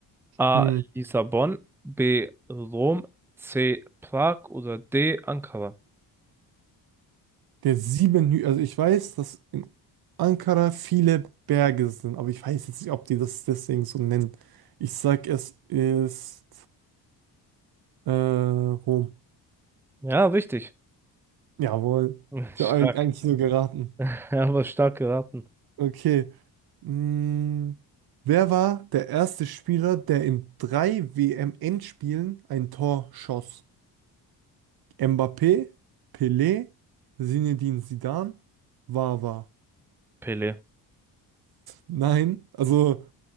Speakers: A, in the centre; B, on the right.
A: A.
B: Hm.
A: Lissabon, B. Rom, C. Prag oder D. Ankara?
B: Der sieben Hü also ich weiß, dass in Ankara viele Berge sind, aber ich weiß jetzt nicht, ob die das deswegen so nennen. Ich sag, es ist äh, Rom.
A: Ja, richtig.
B: Jawohl.
A: <laughs> Stark.
B: Ich habe eigentlich
A: <laughs>
B: so geraten.
A: Ja, aber stark geraten.
B: Okay. Mm, wer war der erste Spieler, der in drei WM-Endspielen ein Tor schoss? Mbappé, Pelé, Zinedine Zidane, Wawa.
A: Pele.
B: Nein, also.